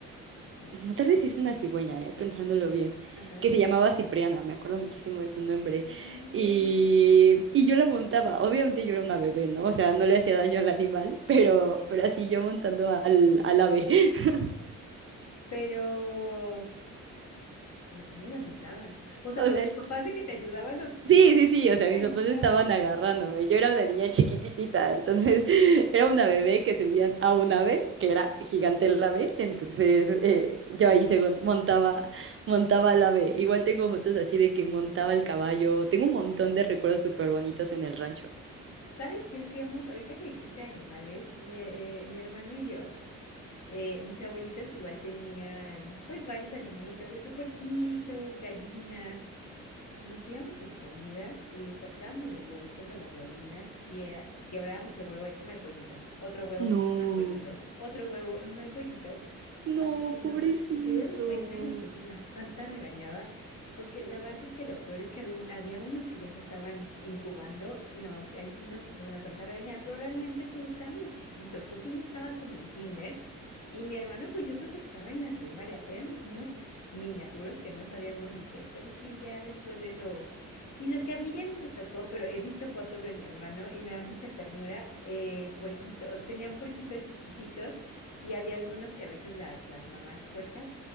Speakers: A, on the left; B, on the right.
A: no.
B: No, tal vez
A: no,
B: sí es una
A: no.
B: cigüeña, eh, pensándolo
A: Ok.
B: bien,
A: Ajá.
B: que se llamaba Cipriana, me acuerdo muchísimo de su nombre.
A: Mm,
B: Y, y yo la montaba, obviamente yo era una bebé, ¿no? O sea, no le hacía daño al animal, pero, pero así yo montando al, al ave. <laughs>
A: Pero, pero ¿cómo le montabas? O sea,
B: O
A: pero
B: sea,
A: tus papás de que te ayudaban o literalmente
B: Sí, sí, sí,
A: tú
B: o sea,
A: te
B: mis
A: le
B: papás
A: montabas.
B: estaban agarrándome. Yo era una niña chiquititita, entonces <laughs> era una bebé que subían a un ave, que era gigante el ave, entonces eh, yo ahí según montaba, montaba el ave. Igual tengo fotos así de que montaba el caballo. Tengo un montón de recuerdos súper bonitos en el rancho.
A: ¿Sabes qué hacíamos? Ahorita que dijiste animales, mi, eh, mi hermano y yo, eh, mis abuelitas igual tenían pues varios animalitos, de que porquitos, gallinas. Nos íbamos a escondidas, le sacábamos los huevitos a las gallinas y era, quebrábamos el huevo, y, no hay pollito, otro huevo,
B: No,
A: no hay pollito, otro huevo, no hay pollito.
B: no,
A: hasta que nos,
B: pobrecitos.
A: hasta que se dieron cuenta y nos puso una santa regañada, porque la verdad es que lo peor es que algún- había unos que ya se estaban incubando, y nos, ahí sí nos pusieron una santa regañada, pero realmente pues estábamos chiquitos, creo que yo estaba como en kinder y mi hermano pues yo creo que estaba en la primaria, éramos unos miniaturos que no sabíamos ni qué, pero sí, ya después de eso... Y lo que a mí ya no me tocó, pero he visto fotos de mi hermano y me da mucha ternura, eh, puerquitos. Tenían puerquitos chiquititos y había algunas que a veces las, las mamás puercas